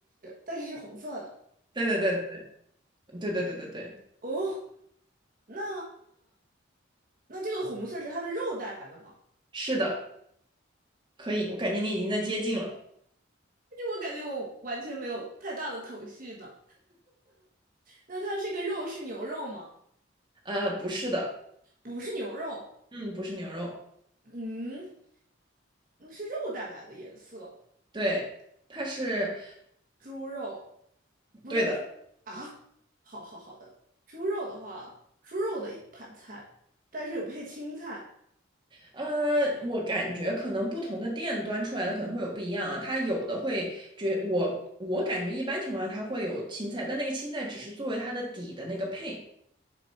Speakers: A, on the right; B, on the right.
A: 但是是红色的。
B: 对对对对对对对对对，
A: 哦，那那这个红色是它的肉带来的吗？
B: 是的，可以，我感觉你已经在接近了，
A: 这我感觉我完全没有太大的头绪呢。那它这个肉是牛肉吗？
B: 呃，不是的，
A: 不是牛肉，
B: 嗯，不是牛肉，
A: 嗯，嗯是肉带来的颜色。
B: 对，它是
A: 猪肉，不对，
B: 对的。
A: 猪啊，好好好的，猪肉的话，猪肉的一盘菜，但是有配青菜，
B: 呃，我感觉可能不同的店端出来的可能会有不一样啊，它有的会觉我我感觉一般情况下它会有青菜，但那个青菜只是作为它的底的那个配，